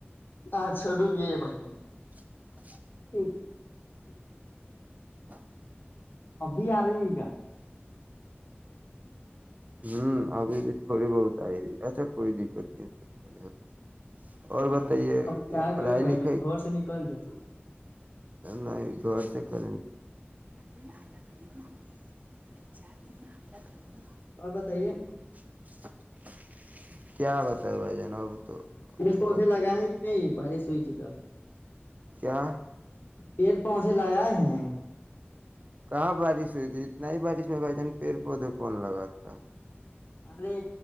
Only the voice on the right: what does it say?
<inaudible>
ہ <inaudible>
ہوں ابھی بھی تھوڑی بہت آئی تی اچھا کوئی دقت نہیں اور بتائیے
کہ
پڑھائی
لکھائی
نہیں گھر سے کریں چار دن آیالا گھھر ہو رہے چار دن میں آ گھر
<inaudible> کیا بتائے بھائی جان اب تو
اب
تو
کیا
کہاں بارش ہوئی تھی اتنا ہی بارش میں بھائی جان پیڑ پودے کون لگا تھا